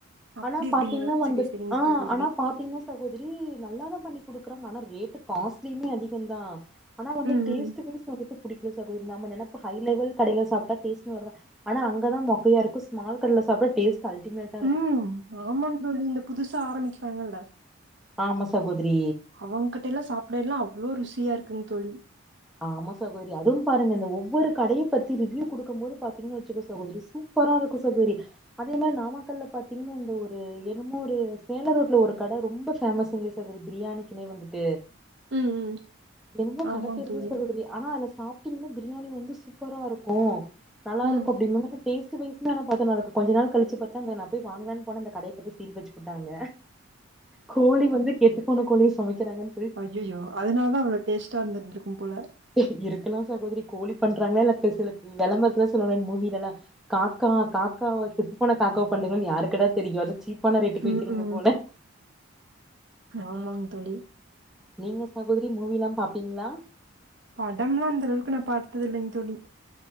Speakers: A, on the right; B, in the centre.
A: அப்டி
B: ஆனா
A: அப்டிங்களா
B: பாத்தீங்கன்னா வந்துட்
A: செரி செரிங்க
B: ஆ
A: சகோதரி
B: ஆனா பாத் தீங்கன்னா சகோதரி நல்லாதா பண்ணி குடுக்குறாங்க ஆனா ரேட்டு காஸ்ட்லியுமே அதிக தா ஆனா வந்து
A: ம்
B: டேஸ்ட்
A: ம்
B: வாய்ஸ் வந்துட்டு புடிகல சகோதரி நம்ம நினைப்போ ஹை லெவல் கடையில சாப்பிட்டா டேஸ்ட் <unintelligible> ஆனா அங்கதா மொக்கையா இருக்கு ஸ்மால் கடைல சாப்பிட டேஸ்ட் அல்டிமேட்
A: ம் ஆமாங் தோழி இந்த புதுசா ஆரம்பிக்கிறாங்கல்ல
B: ஆமா சகோதிரி
A: அவங்கிட்ட எல்லா சாப்பிடல எல்லா அவ்ளோ ருசியா இருக்குங்க தோழி
B: ஆமா சகோதரி அதுவு பாருங்க இந்த ஒவ்வொரு கடைய பத்தி ரிவியூ குடுக்கும்போது பாத்தீங்கன்னா வச்சுக்கோ சகோரி சூப் பரா இருக்கு சகோதரி அதே மாரி நாமக்கல்ல பாத்தீங்கன்னா இந்த ஒரு என்னமோ ஒரு சேல ரோட்ல ஒரு கடை ரொம்ப பேமஸ்ங்க அது பிரியாணிக்குனே வந்துட்டு
A: ம் ம்
B: என்னமோ கடைப்பேரு
A: ஆமாங் தோழி
B: தா சொல்ல தெரியல ஆனா அதுல சாப்பிட்டீங்கன்னா பிரியாணி வந்து சூப்பரா இருக்கு நல்லா
A: ம்
B: இருக்கு அப்டின்னா டேஸ்ட் வைஸ் <unintelligible> பாத்தா நா அத கொஞ்சோ நாள் கழிச்சி பாத்தா அந்த நா போய் வாங்கலான்னு போன அந்த கட பாத்தா சீல் வச்சுப்புட்டாங்க கோழி வந்து கெட்டு போன கோழிய சுமைக்கிறாங்கன்
A: அய்யய்யோ அதனாலதா அவ்ளோ டேஸ்டா இருந்திருக்கு போல
B: ஏ இருக்கலா சகோதரி கோழி பண்றாங்களா இல்ல சில விளம்பரலா சொல்லுவா மூவியில எல்லா காக்கா காக்காவ செத்துப்போன காக்காவ பண்டுங்கன்னு யாருக்கடா தெரியு அதாவது சீப்பான ரேட்டுக்கு
A: ம்
B: வைக்கிறீங்க
A: ம்
B: போல
A: ஆமாங் தோழி
B: நீங்க சகோதரி மூவில்லா பாப்பீங்ளா
A: படம்லா அந்தளவுக்கு நா பாத்தது இல்லைங்க தோழி